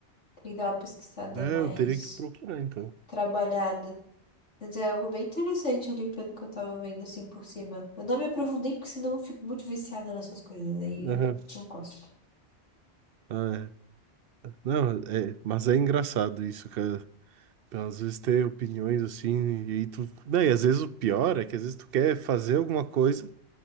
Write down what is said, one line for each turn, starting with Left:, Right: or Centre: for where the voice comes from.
Left: Tem que dar uma pesquisada
Right: É,
Left: mais
Right: eu teria que procurar, então.
Left: trabalhada. Mas é algo bem interessante ali pelo que eu tava vendo assim por cima. Eu não me aprofundei porque senão eu fico muito viciada nessas coisas aí
Right: Aham.
Left: eu não gosto.
Right: Ah, é. Não, é, mas é engraçado isso, cara. Às vezes ter opiniões assim, e aí tu. Não, e às vezes o pior é que às vezes tu quer fazer alguma coisa,